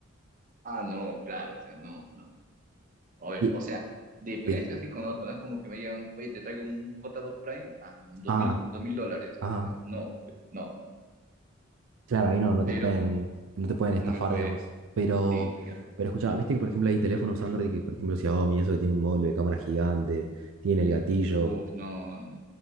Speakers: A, on the right (about 40°); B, on the right (about 75°).
A: Ah, no, claro, o sea, no, no. A ver,
B: Y-
A: o sea, de precio
B: sí.
A: sí conozco, no es como que me digan, oye, te traigo un J2 Prime a dos
B: Ah,
A: mil, dos mil dólares. O
B: ajá.
A: sea, no, pues, no, no.
B: Claro, ahí no, no
A: Pero
B: te pueden, no te pueden estafar,
A: no me puede,
B: digamos. Pero,
A: sí, sí,
B: pero escuchá, viste que por ejemplo hay teléfonos Android que, por ejemplo, Xiaomi, eso que tiene un módulo de cámara gigante, tiene el gatillo
A: Uf, no, no,